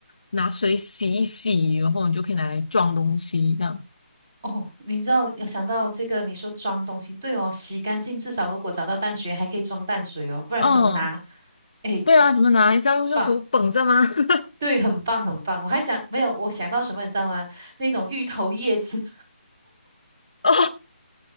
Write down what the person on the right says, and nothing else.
哦，你知道要想到这个，你说装东西，对哦，洗干净，至少如果找到淡水还可以装淡水哦，不然怎么拿？
哎，
棒，
对，很棒，很棒。我还想没有，我想到什么，你知道吗？那种芋头叶子。